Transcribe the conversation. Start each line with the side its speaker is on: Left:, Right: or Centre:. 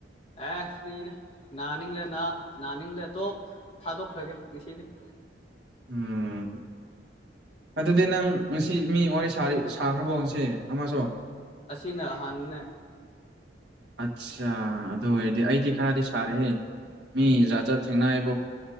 Left: ꯑꯦ ꯐ꯭ꯔꯤꯅꯦ ꯅꯥꯅꯤꯡꯂꯅꯥ ꯅꯥꯅꯤꯡꯂ ꯇꯣꯛ ꯊꯥꯗꯣꯛꯈ꯭ꯔꯒꯦ ꯉꯁꯤꯗꯤ
Right: ꯎꯝ ꯑꯗꯨꯗꯤ ꯅꯪ ꯁꯤ ꯃꯤ ꯋꯥꯔꯤ ꯁꯥ ꯁꯥꯈ꯭ꯔꯕꯣꯁꯦ ꯑꯃꯁꯨ
Left: ꯑꯁꯤꯅ ꯑꯍꯥꯟꯅ
Right: ꯑꯠꯆꯥ ꯑꯗꯨ ꯑꯣꯏꯔꯗꯤ ꯑꯩꯗꯤ ꯈꯔꯗꯤ ꯁꯥꯔꯦꯍꯦ ꯃꯤ ꯖꯥꯠ ꯖꯥꯠ ꯊꯦꯡꯅꯑꯕꯣ